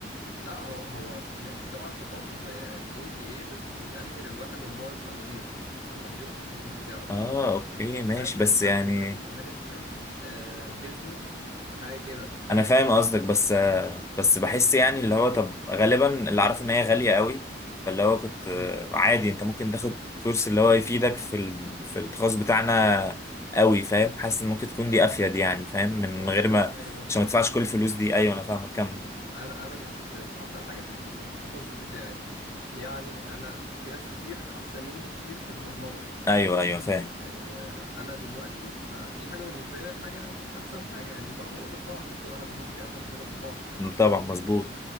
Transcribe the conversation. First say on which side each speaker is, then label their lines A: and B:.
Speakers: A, on the left; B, on the left.
A: لا هو هو هي- تبع التخصص هي الام بي اي بتأهل الواحد ان هو يبقى مدير هو يبقى مدير في التخصص بتاعه
B: اه اوكي ماشي
A: مش عارف كان
B: بس
A: اسمها
B: يعني
A: تقريبا مانجمنت آه بيزنس حاجه كده فاهم
B: انا فاهم قصدك بس آه بس بحس يعني اللي هو طب غالبا اللي اعرفه ان هي غاليه قوي فاللي هو كنت آه
A: امم
B: عادي انت ممكن تاخد كورس اللي هو يفيدك في ال... في التخصص بتاعنا قوي فاهم حاسس ان ممكن تكون
A: اه
B: دي افيد يعني فاهم من
A: بقول
B: غير
A: لك
B: ما
A: على حاجه برضه
B: عشان ما تدفعش كل الفلوس دي ايوه انا فاهمك كمل
A: انا انا مش مش احسن حاجه في الم- التخصص بتاعي يعني انا في ناس كتير احسن مني كتير في البرمجه
B: ايوه ايوه فاهم
A: يعني آه، انا دلوقتي فدي حاجه بالنسبه لي حاجه مش احسن حاجه دي برضو نقطه ضعف وكل واحد المفروض بيعترف بنقطه ضعف
B: طبعا مظبوط